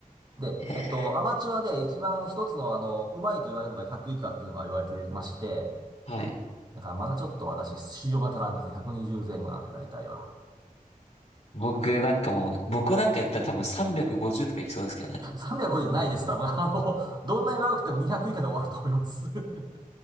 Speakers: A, on the right; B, on the left.
A: で、
B: ええ
A: えっと、アマチュアで一番一つの、あの、うまいと言われるのが100以下っていうのが言われてまして、
B: はい。
A: だからまだちょっと私、修行が足らんですね。120前後なんで、大体は。
B: 僕なんかもう、僕なんかやったら多分350とかいきそうですけどね。
A: 350ないです、多分。あの、どんなに悪くても200以下で終わると思います。<laughs>